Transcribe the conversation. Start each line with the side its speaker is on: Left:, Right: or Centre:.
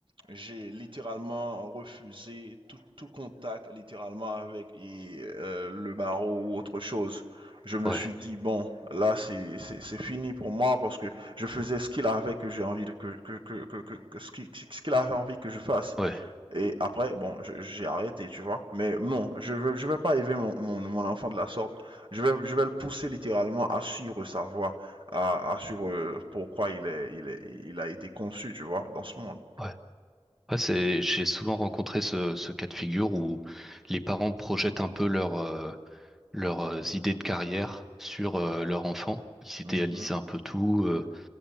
Right: J'ai littéralement refusé tout, tout contact littéralement avec et, euh, le barreau ou autre chose. Je me
Centre: Ouais,
Right: suis dit, bon, là, c'est c'est- c'est fini pour moi parce que je faisais ce qu'il avait que j'ai envie de, que, que, que, que, que- ce qui- ce qu'il avait envie que je fasse.
Centre: ouais,
Right: Et après, bon, je- j'ai arrêté, tu vois. Mais non, je veux, je veux pas élever mon, mon, mon enfant de la sorte. Je vais, je vais le pousser littéralement à suivre sa voie, à, à suivre euh, pourquoi il est, il est, il a été conçu, tu vois, dans ce monde.
Centre: ouais. Ouais, c'est, j'ai souvent rencontré ce, ce cas de figure où les parents projettent un peu leur, euh, leurs euh, idées de carrière sur euh, leur enfant. Ils idéalisent
Right: Mhm.
Centre: un peu tout, euh,